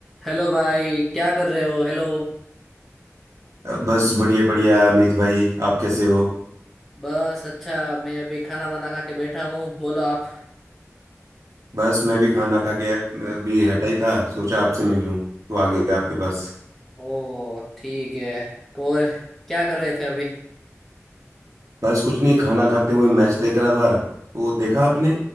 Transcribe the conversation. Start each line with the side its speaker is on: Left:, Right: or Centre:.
Centre: Hello भाई क्या कर रहे हो हेलो
Right: बस बढ़िया बढ़िया अमित भाई आप कैसे हो
Centre: बस अच्छा मैं अभी खाना वाना खा के बैठा हूँ बोलो आप
Right: बस मैं भी खाना खा के अभी हटा ही था सोचा आपसे मिल लूं तो आ गया आपके पास
Centre: ओ ठीक है और क्या कर रहे थे अभी
Right: बस कुछ नहीं खाना खाते हुए मैच देख रहा था वो देखा आपने